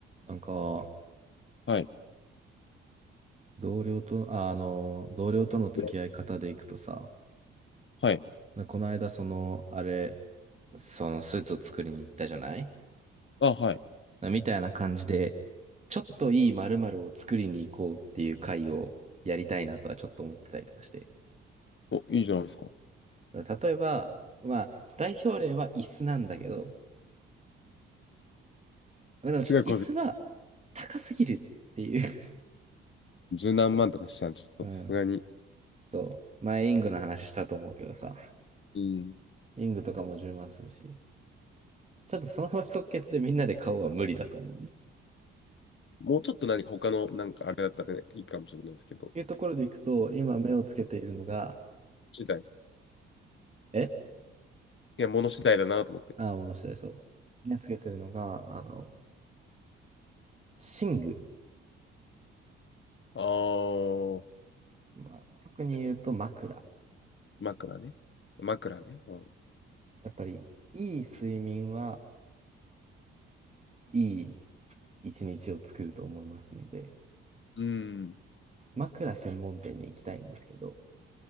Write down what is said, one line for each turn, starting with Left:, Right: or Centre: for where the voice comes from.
Right: なんか、
Left: はい。
Right: 同僚と、あ、あの、同僚との付き合い方でいくとさ、
Left: ではい。
Right: なこの間、その、あれ、そのスーツを作りに行ったじゃない
Left: あ、はい。
Right: なみたいな感じで、ちょっといい〇〇を作りに行こうっていう会をやりたいなとはちょっと思ってたりとかして。
Left: お、いいじゃないですか。す
Right: だから例えば、まあ、代表例は椅子なんだけど、まあでもちょっと椅子は
Left: ごいこう、
Right: 高すぎるっていう。
Left: 十何万とかしちゃうちょっとさすがに。
Right: <laughs> うん。そう。前、イングの話したと思うけどさ、
Left: うん。
Right: イングとかも10万するし。ちょっとその即決でみんなで買おうは無理だと思う。
Left: もうちょっと何か他の、なんかあれだったらね、いいかもしれないですけど、
Right: いうところでいくと、今目をつけているのが、
Left: 次第。い
Right: え
Left: や、物次第だなと思って。
Right: あ、もう下です。そう。目をつけているのが、あの、寝具。
Left: あー、
Right: まあ、特に言うと枕。
Left: 枕ね。枕ね。うん。
Right: やっぱり、いい睡眠はいい一日を作ると思いますので、
Left: うん
Right: 枕専門店に行きたいんですけど、